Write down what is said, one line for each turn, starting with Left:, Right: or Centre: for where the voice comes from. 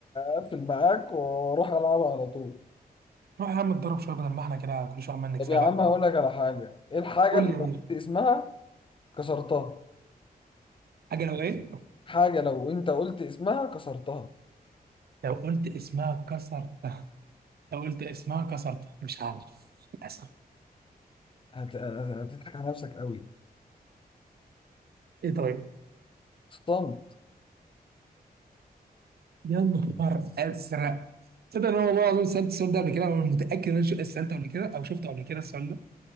Left: اقفل معاك واروح العبها على طول
Right: روح يا عم اتدرب شويه بدل ما احنا كده كل شويه عمال نكسبك
Left: طب يا عم هقول
Right: و...
Left: لك على حاجه ايه الحاجه
Right: قول
Left: اللي
Right: لي يا باشا
Left: لو قلت اسمها كسرتها
Right: حاجه لو ايه
Left: حاجه لو انت قلت اسمها كسرتها
Right: لو قلت اسمها كسرتها لو قلت اسمها كسرتها مش عارف للاسف
Left: هت... هتضحك على نفسك قوي
Right: ايه طيب
Left: صمت
Right: يا نهار ازرق تصدق ان انا والله العظيم سالت السؤال ده قبل كده انا متاكد ان انا سالته قبل كده او شفته قبل كده السؤال ده